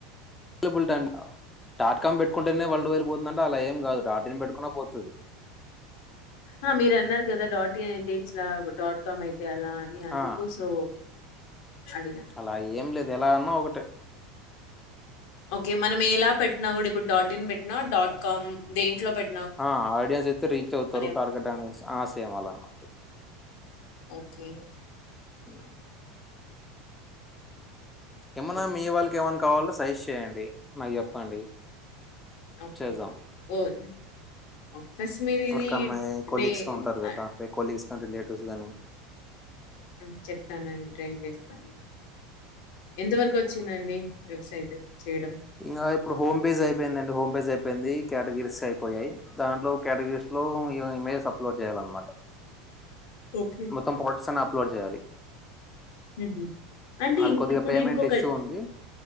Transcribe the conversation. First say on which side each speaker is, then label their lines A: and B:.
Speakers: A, on the left; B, on the left.
A: లబులిటం డాట్ కామ్ పెట్టుకుంటేనే వల్డ్ వెళ్ళిపోతుందంటే అలా ఏం కాదు డాట్ ఇన్ పెట్టుకున్న పోతది.
B: ఆ మీరు అన్నారు కదా డాట్ ఏ అయతే ఇట్లా, డాట్ కామ్ అయి తే అలా అని అందుకు
A: ఆ
B: సో అడిగా.
A: అలా ఏం లేదు ఎలా అన్నా ఒకటే
B: ఓకే మనం ఎలా పెట్టినా కూడా ఇప్పుడు డాట్ ఇన్ పెట్టినా డాట్ కామ్ దేంట్లో పెట్
A: ఆ ఆడియన్స్ అయితే రీచ్ అవుతారు
B: ఉంటుంది.
A: టార్గెట్ ఆడియన్స్ ఆ సేమ్ అలానే
B: ఓకే.
A: ఇ ఏమన్న
B: హ్మ్.
A: మీ వాళ్ళకేమన్ కావాలంటే సజెస్ట్ చేయండి నాకు చెప్పండి
B: ఓకే.
A: చేద్దాం
B: ఓహ్! ఓకే. ఫస్ట్ మీరిది
A: వరికి అమ్మాయి కోలీగ్స్
B: నే
A: ఉంటారు కదా
B: ఆహ్,
A: మీ కోలీగ్స్ కానీ రిలేటివ్స్ గానీ
B: ఆ చెప్తానండి ట్రై చేస్తాను ఎంత వరకు వచ్చిందండి వెబ్సైట్ చేయడం?
A: ఇగా ఇప్పుడు హో పేజ్ అయిపోయింద అండి హో పేజ్ అయి పోయింది కేటగిరీస్ అయిపోయాయి దాంట్లో కేటగిరీస్ లో ఇమేజ్ అప్లోడ్ చేయాలన్నమాట
B: ఓకే.
A: మొత్తం పోర్ట్స్ అన్ ప్ లోడ్ చేయాలి
B: హుహు. అంటే
A: అది
B: ఇం
A: కొద్దిగా
B: ఇప్పుడు
A: పేమెంట్
B: ఇంకొక
A: ఇష్యూ ఉంది